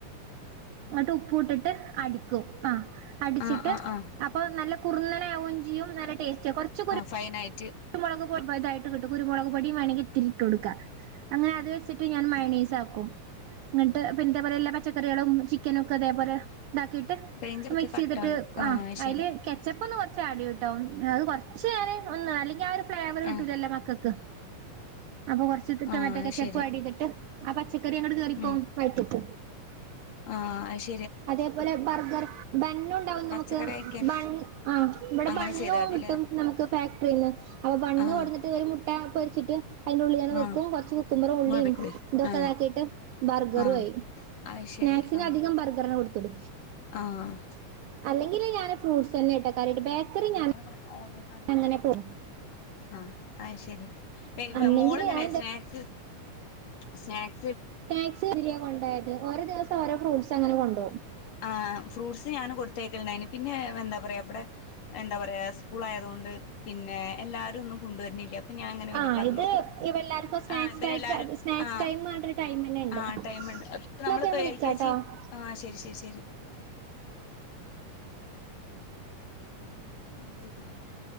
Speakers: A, on the right (about 70°); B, on the left (about 75°).
A: ഇങ്ങട്ട് ഉപ്പു ഇട്ടിട്ട് അടിക്കും ആഹ് അടിച്ചിട്ട്.
B: ആഹ് ആഹ് ആഹ്
A: അപ്പൊ നല്ല കുറുന്നനെ ആവും ചെയ്യും നല്ല ടേസ്റ്റാ കൊർച്ച് കുരു
B: ഫൈനായിറ്റ്.
A: കുരുമൊളക് പൊ ഇതായിട്ട് കിട്ടും കുരുമൊളക് പൊടിം വേണങ്കി ഇത്തിരി ഇട്ടൊടുക്കാം. അങ്ങനെ അത് വെച്ചിട്ട് ഞാൻ മഴെണ്സാക്കും. ഇങ്ങട്ട് പിൻ ഇതേപോലെള്ള പച്ചക്കറികളും ചിക്കനുംക്കെ ഇതേപോലെ ഇതാക്കി
B: <unintelligible>
A: മിക്സെയ്തിട്ട്
B: കട്ടാവ്ണ്ട് ആഹ്
A: ആ
B: അയ്ശരി
A: അയ്ല് കെച്ചപ്പ് ഒന്ന് കൊർച്ച് ആഡെയ്യുട്ടൊ ഒൻ അത് കൊർച്ച് നേരെ ഒന്ന് ആലി. ഞ്ഞാ ഒരു ഫ്ലേവർ കിട്ടൂലല്ലോ
B: ആഹ്
A: മക്കക്ക്. അപ്പൊ കൊർച്ച് ഇത്ട്ട
B: ആഹ്
A: മറ്റക്കെ
B: അയ്ശരി
A: കചെപ്പു ആഡെയ്തിട്ട് ആ പച്ചക്കറി അങ്ങട് കേറിപ്പോവും
B: ഉം
A: വയറ്റിട്ട്.
B: ആഹ് അയ് ശെ.
A: അതേപോലെ ബർഗർ ബന്നു ഉണ്ടാവും നമുക്ക്
B: പച്ചക്കറി കഴിക്കാൻ
A: ബണ് ആഹ്. ഇവ്ടെ
B: അങ്ങനെ
A: ബണ്ണും
B: ചെയ്താ മതില്ലേ
A: കിട്ടും നമുക്ക്. ഫാക്ടറീന്ന് അപ്പൊ ബണ്ണ്
B: ആഹ്
A: കൊട്ന്നിട്ട് ഒരു മുട്ട പൊരിച്ചിട്ട് അയ്ന്റുള്ളിലതുവെക്കും
B: ആഹ്
A: കൊർച്ച്. കുക്കുമ്പർ ഉള്ളിം
B: ഇങ്ങള് പൊയ്ക്കോളി
A: ഇതൊക്കെ
B: ആഹ്
A: ഇതാക്കിയിട്ട് ബർഗറു
B: ആഹ്
A: ആയി
B: അത് ശരി
A: സ്നാക്സിനധികം
B: ആഹ്
A: ബർ ഗറന്നെ കൊട്ത്തത്
B: ആഹ്
A: അല്ലെങ്കിൽ ഞാൻ ഫ്രൂട്ട്സെന്നേട്ടാ കാര്യായിട്ട് ബേക്കറി ഞാന്.
B: <unintelligible> ഓളുണ്ടാക്കി
A: അങ്ങനെ പോണ്.
B: അഹ് അയ് ശരി ഏ
A: അന്നെങ്കിൽ
B: മോള് എങ്ങനെയാ
A: ഞാൻ
B: സ്നാക്സ് സ്നാക്
A: സ്നാക്സ് കഴിക്കാൻ കൊണ്ടോയാല് ഓരോ ദിവസം ഓരോ ഫ്രൂട്ട്സ് അങ്ങനെ കൊണ്ടോവും.
B: ആഹ് ഫ്രൂട്ട്സ് ഞാനും കൊടുത്തയക്കൽ ഉണ്ടായേനി പിന്നെ എന്താ പറിയാ ഇവിടെ - എന്താ പറയാ സ്കൂൾ ആയതുകൊണ്ട് പിന്നെ എല്ലാരും ഒന്നും കൊണ്ടുവരുന്നില്ല. അപ്പ പിന്നെ ഞാൻ അങ്ങനെ പിന്നെ
A: ആ
B: പറഞ്ഞു
A: ഇത് ഇവ എല്ലാവർക്കും സ്നാക്സ്
B: ആഹ് ഇവരെല്ലാരും
A: ടൈം സ്നാക്സ്
B: ആഹ്
A: ടൈം പറഞ്ഞിട്ടൊരു ടൈം തന്നെ ഉണ്ട്
B: ആ ടൈമ് ഇണ്ട്.
A: ന്നാ
B: നമ്മളിപ്പോ
A: ഓക്കെ ഞാൻ വിളിക്കാട്ടോ
B: എൽ കെ ജി ആഹ് ശരി ശരി ശരി. <unintelligible>